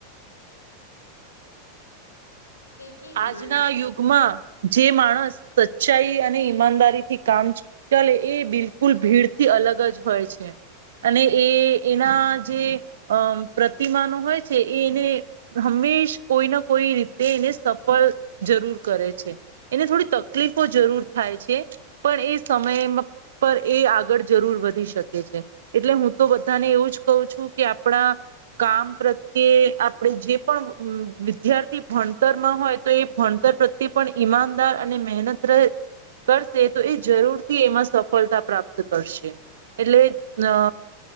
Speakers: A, on the left (about 75°); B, on the right (about 60°).
A: એ જે ઈમાનદાર
B: આજના યુગમાં જે માણસ સચ્ચાઈ અને ઈમાનદારીથી કામ. ચલે એ બિલકુલ ભીડથી અલગ જ હોય છે. અને એ એના જે અ પ્રતિમાનો હોય છે એ એને. હંમેશ કોઈ ના કોઈ રીતે એને સ. જરૂર કરે છે એને થોડી તકલીફો જરૂર થાય છે. પણ એ સમય પર એ આગળ જરૂર વધી શકે છે. એટલે હું તો બધાને એવું જ કહું છું કે આપણા. કામ પ્રત્યે આપડે જે પણ વિદ્યાર્થી ભણતર માં હોય. તો એ ભણતર પ્રત્યે પણ ઈમાનદાર અને મહેનત રહે. કરશે તો એ જરૂર થી એમાં સફળતા પ્રાપ્ત કરશે. એટલે
A: એકદમ
B: અ